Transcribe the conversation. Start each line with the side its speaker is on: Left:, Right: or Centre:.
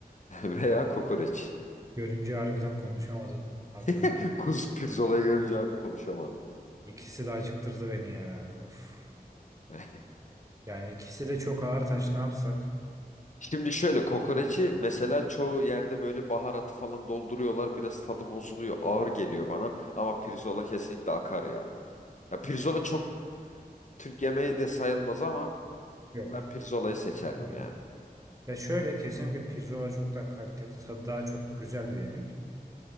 Left: <laughs> Veya kokoreç.
Right: Görünce harbiden konuşamadın. Aklın
Left: <laughs>
Right: git.
Left: Kuzu pirzolayı görünce harbi konuşamadım.
Right: İkisi de acıktırdı beni ya. Of.
Left: <laughs>
Right: Yani ikisi de çok ağır taş. Ne yapsak?
Left: Şimdi şöyle kokoreci mesela çoğu yerde böyle baharatı falan dolduruyorlar. Biraz tadı bozuluyor. Ağır geliyor bana. Ama pirzola kesinlikle akar ya. Ya pirzola çok Türk yemeği de sayılmaz ama
Right: Yok.
Left: ben pirzolayı seçerdim
Right: Gitmeyelim.
Left: yani.
Right: Ya şöyle kesinlikle pirzola çok daha kaliteli. Tadı daha çok güzel bir yemek.